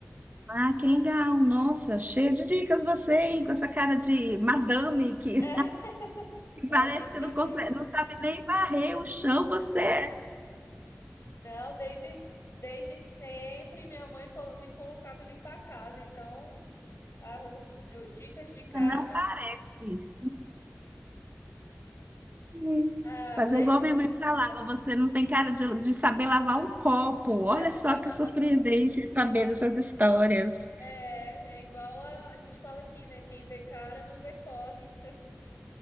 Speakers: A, on the right; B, on the left.
A: Ah, que legal! Nossa, cheia de dicas você, hein? Com essa cara de madame que,
B: <laughs>
A: que
B: É,
A: parece
B: eu tive
A: que
B: que
A: não
B: aprender.
A: consegue, não sabe nem varrer o chão, você é.
B: Não, desde, desde sempre minha mãe colo- me colocava ali para casa, então ah, o- di- dicas de casa,
A: Não parece. <laughs>
B: ah,
A: Fazer
B: mas
A: igual minha mãe falava, você não tem cara de, de saber lavar um copo. Olha
B: <laughs>
A: só que surpreendente saber dessas histórias.
B: é, é igual a, a gente fala aqui, né? Quem vê cara não vê corre.